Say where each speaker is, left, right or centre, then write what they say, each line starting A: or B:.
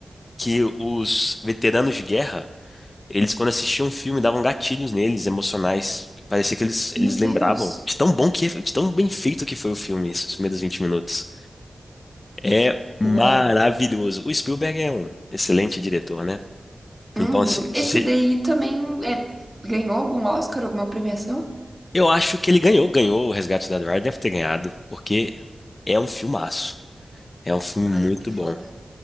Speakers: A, on the left; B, on the right.
A: que os veteranos de guerra, eles quando assistiam o filme davam gatilhos neles, emocionais. Parecia que eles, eles
B: Meu
A: lembravam
B: Deus.
A: de tão bom que, é, de tão bem feito que foi o filme, esses primeiros 20 minutos. É maravilhoso.
B: Uau.
A: O Spielberg é um excelente diretor, né?
B: Uhum.
A: Então, assim,
B: Esse
A: se você-
B: daí também é, ganhou algum Oscar, alguma premiação?
A: eu acho que ele ganhou, ganhou o Resgate do Soldado Ryan, deve ter ganhado, porque é um filmaço. É um filme
B: Ai,
A: muito
B: que
A: bom.
B: foda.